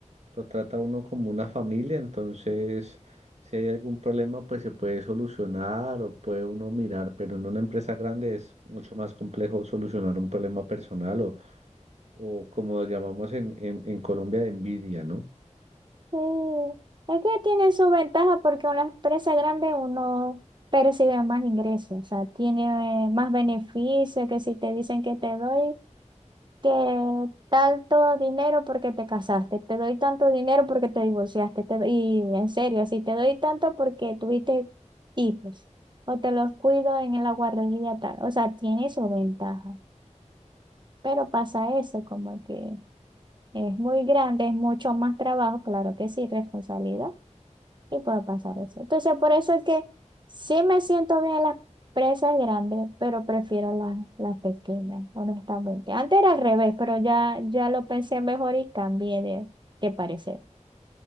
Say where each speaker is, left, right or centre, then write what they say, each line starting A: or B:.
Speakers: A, on the right (about 60°); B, on the right (about 40°).
A: lo trata uno como una familia, entonces si hay algún problema pues se puede solucionar o puede uno mirar, pero en una empresa grande es mucho más complejo solucionar un problema personal o, o como lo llamamos en, en, en Colombia de envidia, ¿no?
B: Sí, es que tiene su ventaja porque una empresa grande uno percibe más ingresos, o sea, tiene eh, más beneficios que si te dicen que te doy que tanto dinero porque te casaste, te doy tanto dinero porque te divorciaste, te doy- y en serio, si te doy tanto porque tuviste hijos o te los cuido en la guardería tal, o sea, tiene su ventaja, pero pasa eso, como que es muy grande, es mucho más trabajo, claro que sí, responsabilidad. Y puede pasar eso. Entonces, por eso es que sí me siento bien en las presas grandes, pero prefiero las las pequeñas, honestamente. Antes era al revés, pero ya, ya lo pensé mejor y cambié de, de parecer.